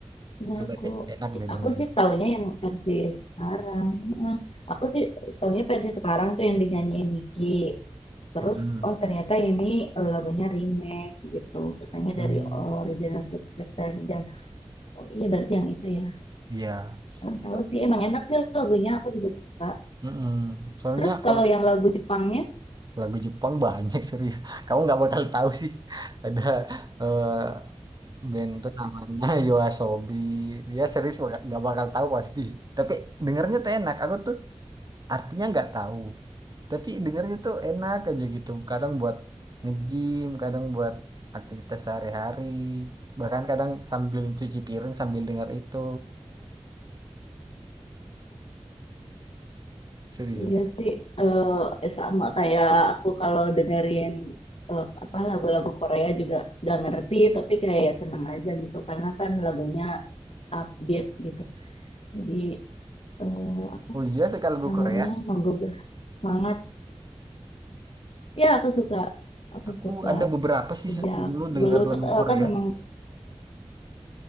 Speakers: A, on the left; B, on the right.
A: Ya
B: Coba
A: aku
B: deh, enak deh dengerin.
A: aku sih taunya yang versi sekarang. Nah, aku sih taunya versi sekarang tuh yang dinyanyiin Niki. Terus,
B: Mm-mm.
A: oh ternyata ini eh, lagunya remake gitu. Katanya
B: Hmm,
A: dari original Subscription. Dan, oh iya berarti yang itu ya.
B: Iya.
A: Eh, tahu
B: So-
A: sih, emang enak sih lagunya. Aku juga suka.
B: mm-mm. Soalnya
A: Terus
B: kalau
A: kalau yang lagu Jepangnya,
B: lagu Jepang banyak serius. Kamu nggak bakal tahu sih. <laughs> Ada eh, band tuh namanya <laughs> Yoasobi. Ya serius bak- nggak bakal tahu pasti. Tapi dengernya tuh enak. Aku tuh artinya nggak tahu. Tapi dengernya tuh enak aja gitu. Kadang buat nge-gym, kadang buat aktivitas sehari-hari. Bahkan kadang sambil cuci piring sambil denger itu. Serius.
A: iya sih eh, sama kayak aku kalau dengerin eh, apa lagu-lagu Korea juga gak ngerti, tapi kayak seneng aja gitu. Karena kan lagunya upbeat gitu. Jadi, eh, apa
B: Oh iya suka lagu
A: namanya,
B: Korea.
A: menggugah semangat Ya, aku suka. Aku
B: Aku
A: suka
B: ada beberapa sih
A: sejak
B: se- dulu dengar
A: dulu
B: lagu
A: tuh eh,
B: Korea.
A: kan emang